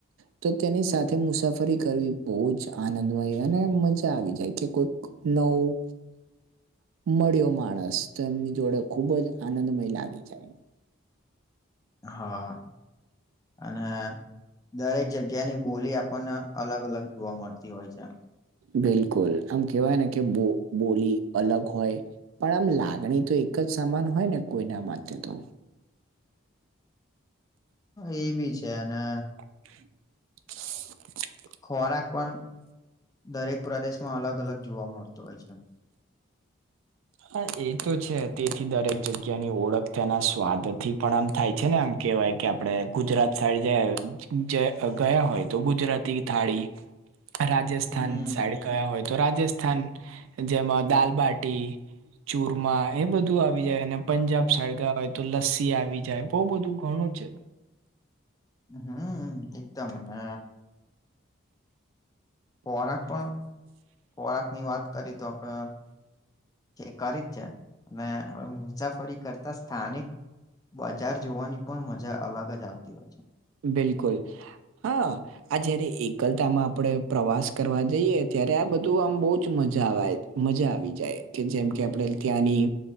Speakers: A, on the right (about 80°); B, on the left (about 20°).
A: તો તેની સાથે મુસાફરી કરવી બો જ આનંદમય અને મજા આવી જાય, કે કોઈ નવું. મળ્યો માણસ, તો એમની જોડે ખુબ જ આનંદમય લાગી જાય.
B: હા, અને દરેક જગ્યાની બોલી આપણને અલગ અલગ જોવા મળતી હોય છે.
A: બિલકુલ આમ કેવાય ને, કે બો બોલી અલગ હોય. પણ આમ લાગણી તો એક જ સમાન હોય ને, કોઈના માટે તો
B: એ બી છે, અને
A: <unintelligible>
B: ખોરાક પણ દરેક પ્રદેશમાં અલગ અલગ જોવા મળતો હોય છે.
A: હા, એ તો છે. તેથી દરેક જગ્યાની ઓળખ તેના સ્વાદથી પણ આમ થાય છે ને, આમ કેવાય કે આપડે ગુજરાત સાઈડ ગયા હોય, તો ગુજરાતી થાળી. રાજસ્થાન
B: હમ
A: સાઈડ ગયા હોય, તો રાજસ્થાન જેમાં દાલબાટી ચૂરમા, એ બધું આવી જાય. અને પંજાબ સાઈડ ગાયા હોય, તો લસ્સી આવી જાય. બો બધું ઘણું છે.
B: હમ, એકદમ ને. ખોરાક પણ, ખોરાક ની વાત કરી તો આપણે કરી જ જાય, મુસાફરી કરતા સ્થાનિક બજાર જોવાની પણ મજા અલગ જ આવતી હોય છે.
A: બિલકુલ, હા. આ જયારે એકલતામાં આપડે પ્રવાસ કરવા જઈએ, ત્યારે આ બધું આમ બઉ જ મજા વાય. મજા આવી જાય, કે જેમ કે આપડે ત્યાંની